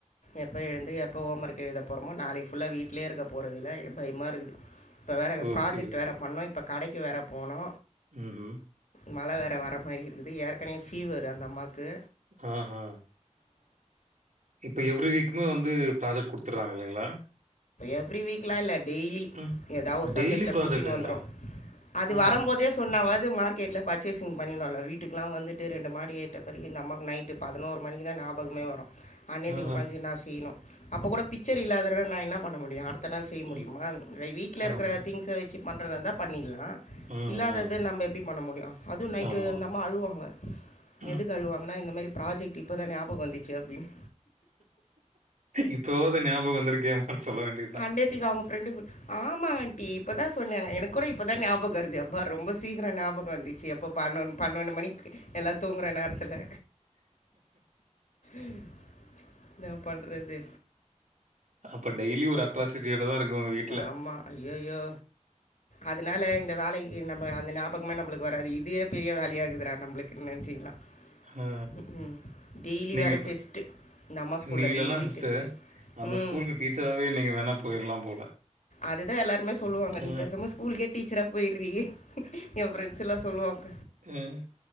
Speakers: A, on the left; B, on the right.
A: எப்ப எழுந்து எப்ப ஹோமர்க்கு எழுத போறமோ நாளைக்கு ஃபுல்லா வீட்லயே இருக்க போறதில்ல எ பயமா இருக்குது இப்ப வேற
B: ஓகே,
A: ப்ராஜெக்ட்
B: ஓகே.
A: வேற பண்ணு இப்ப கடைக்கு வேற போனு
B: ம் ம்
A: மழ வேற வர மாரி இருக்குது ஏற்கனே ஃபீவரு அந்தம்மாக்கு
B: ஆ ஆ இப்ப எவ்ரி வீக்குமே வந்து ப்ராஜெக்ட் குடுத்துறாங்க இல்லைங்ளா
A: எவ்ரி வீக்லா இல்ல டெய்லி
B: ம்.
A: எதா ஒரு சப்ஜெக்ட்ல
B: டெய்லி ப்ராஜெக்ட்டுங்களா?
A: புடிச்சினு வந்துரு அது
B: ஆ,
A: வரம்போ து சொன்னாவாது மார்கேட்ல பர்ச்சேசிங் பண்ணிருந்தோல வீட்டுக்லா வந்துட்டு ரெண்டு மாடி ஏர்ட்ட பெறகு இந்தம்மாக்கு நைட்டு பதினோரு மணிக்கு தா நாபகமே வரு அன்நேத்திக்கி
B: ஆஹா.
A: உக்காஞ்சி நா செய்ணு அப்போ கூட பிச்சர் இல்லாதறன நா என்ன பண்ண முடியு அட்த்தனா செய்ய முடியுமா
B: ம்.
A: வீட்ல இருக்கிற
B: ஆமா.
A: திங்ஸ வெச்சு பண்றதாருந்தா பண்ணிட்லா
B: ம்,
A: இல்லாதது
B: ம்.
A: நம்ம எப்டி பண்ண முடியு அதுவு நைட்டு
B: ஆமா.
A: இந்தம்மா அழுவாங்க
B: ம்.
A: எதுக்கு அழுவாங்கன்னா இந்த மாரி ப்ராஜெக்ட் இப்பதா ஞாபகோ வந்துச்சு அப்டின்
B: இப்பவாது ஞாபகோ வந்திருக்கே சொல்ல வேண்டி
A: அண்டேத்தக்கு அவங்க பிரெண்ட் ஆமா ஆண்டி இப்பதா சொன்னாங்க எனக்கு கூட இப் அப்போதா ஞாபக வருது அப்ப ரொம்ப சீக்கிர ஞாபக வந்துச்சு எப்போ பன்னொ பன்னொன்னு மணி எல்லா தூங்குற நேரத்துல ம் என்னா பண்றது
B: அப்ப டெய்லி ஒரு அட்ராசிட்டியோடதா இருக்கு ஒங்க வீட்ல
A: ஆமா. ஐயய்யோ! அதனால இந்த வேலைக்கு நம்ம அந்த ஞாபகமே நம்மளுக்கு வராது இதே பெரிய வேலையாக்குதுறா நம்மளுக்கு நென்ச்சீக்களா
B: ஆ.
A: ம் ம் டெய்லி
B: நீங்க
A: வேற
B: இப்ப
A: டெஸ்ட்டு இந்தம்மா ஸ்கூல்ல
B: நீங்க இல்லன்னா
A: டெய்லி
B: சிஸ்டர்,
A: டெஸ்ட்டு
B: அந்த
A: ம்.
B: ஸ்கூலுக்கு டீச்சராவே நீங்க வேணா போயிரலாம் போல
A: அதுதா எல்லாருமே சொல்லுவாங்க
B: ஆ.
A: நீ பேசாம ஸ்கூலுக்கே டீச்சரா போயிறி ஏ பிரஃரெண்ட்ஸ் எல்லா சொல்லுவாங்க
B: ம்